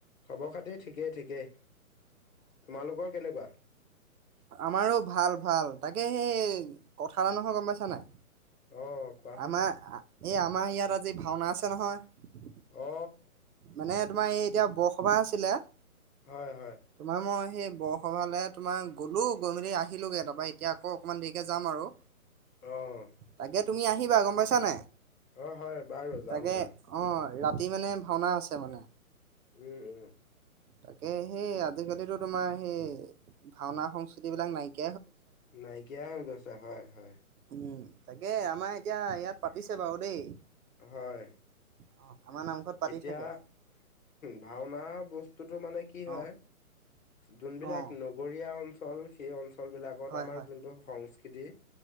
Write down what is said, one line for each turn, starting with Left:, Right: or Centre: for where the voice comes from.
Left: খবৰ খাতি ঠিকেই, ঠিকেই তোমালোকৰ কেনেকুৱা?
Right: আ আমাৰো ভাল, ভাল তাকে সেই কথা এটা নহয় গম পাইছা নাই?
Left: অহ কোৱাচোন।
Right: আমাৰ এই আমাৰ ইয়াত আজি ভাওনা আছে নহয়।
Left: অ।
Right: মানে, এ তোমাৰ এইত এতিয়া বৰসভা আছিলে।
Left: হয়, হয়।
Right: তোমাৰ মই সেই বৰসভালে তোমাৰ গ'লো, গৈ মেলি আহিলোগে এ তাৰপা এতিয়া আকৌ অকণমান দেৰিকে যাম আৰু।
Left: অহ।
Right: তাকে তুমি আহিবা, গম পাইছা নাই?
Left: অ হয়, বাৰু যাম,
Right: তাকে
Left: যাম।
Right: অ ৰাতি মানে ভা ভাওনা আছে মানে।
Left: উম, উম।
Right: তাকে, সেই আজি কালিতো তোমাৰ সেই ভাওনা সংস্কৃতি বিলাক নাইকিয়া
Left: নাইকিয়াই হৈ গৈছে হয়, হয়।
Right: উম তাকে আমাৰ এতিয়া ইয়াত পাতিছে বাৰু দেই।
Left: হয়
Right: অ আমাৰ নামঘৰত পাতি
Left: এতিয়া,
Right: থাকে
Left: ভাওনা বচ টোতো মানে কি হয়,
Right: অ
Left: যোনবিলাক
Right: অ
Left: নগৰীয়া অঞ্চল সেই অঞ্চল অল বিলাকত
Right: হয়
Left: আমাৰ
Right: হয়
Left: যোনটো সংস্হ খেদি।